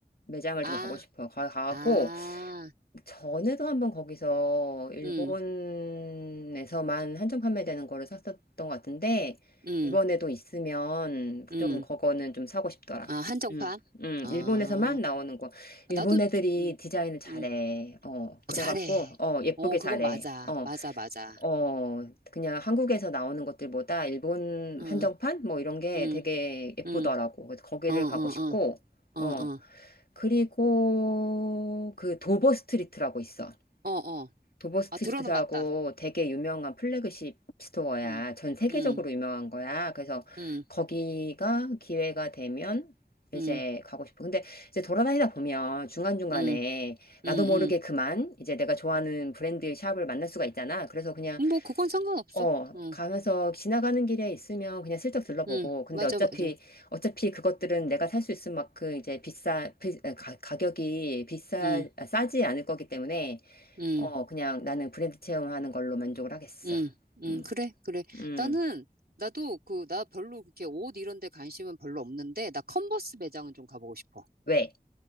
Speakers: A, on the left; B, on the right.
A: 매장을
B: 아,
A: 좀 가고 싶어. 가, 가고
B: 아,
A: 전에도 한번 거기서 일본에서만
B: 음,
A: 한정 판매되는 거를 샀었던 것 같은데,
B: 음,
A: 이번에도 있으면
B: 음.
A: 좀 그거는 좀 사고 싶더라.
B: 아, 한정판?
A: 응, 응,
B: 아,
A: 일본에서만 나오는 거. 일본
B: 나도
A: 애들이
B: 좀, 음,
A: 디자인을 잘해.
B: 음.
A: 어, 그래갖고,
B: 아, 잘해.
A: 어, 예쁘게
B: 어, 그건
A: 잘해.
B: 맞아.
A: 어.
B: 맞아, 맞아.
A: 어, 그냥 한국에서 나오는 것들보다 일본
B: 응,
A: 한정판? 뭐 이런 게
B: 응,
A: 되게 예쁘더라고.
B: 응.
A: 그래서 거기를
B: 어, 어, 어,
A: 가고 싶고,
B: 어,
A: 어,
B: 어,
A: 그리고 그 도버 스트리트라고 있어.
B: 어, 어.
A: 도버 스트리트라고
B: 아, 들어는 봤다.
A: 되게 유명한 플래그십 스토어야.
B: 응,
A: 전 세계적으로
B: 응,
A: 유명한 거야. 그래서
B: 응,
A: 거기가 기회가 되면 이제
B: 응,
A: 가고 싶어. 근데 이제 돌아다니다 보면 중간중간에
B: 응, 응,
A: 나도 모르게 그만 이제 내가 좋아하는 브랜드 샵을 만날 수가 있잖아. 그래서 그냥
B: 응. 뭐, 그건 상관없어.
A: 어,
B: 응.
A: 가면서 지나가는 길에 있으면 그냥 슬쩍 들러보고,
B: 응,
A: 근데
B: 맞아,
A: 어차피,
B: 맞아.
A: 어차피 그것들은 내가 살 수 있을 만큼 이제 비싸, 비- 아, 가, 가격이 비싸,
B: 응,
A: 아, 싸지 않을 거기 때문에,
B: 응,
A: 어, 그냥 나는 브랜드 체험하는 걸로 만족을 하겠어.
B: 응, 응,
A: 음,
B: 그래, 그래.
A: 음,
B: 나는, 나도 그, 나 별로 그렇게 옷 이런 데 관심은 별로 없는데, 나 컨버스 매장은 좀 가보고 싶어.
A: 왜?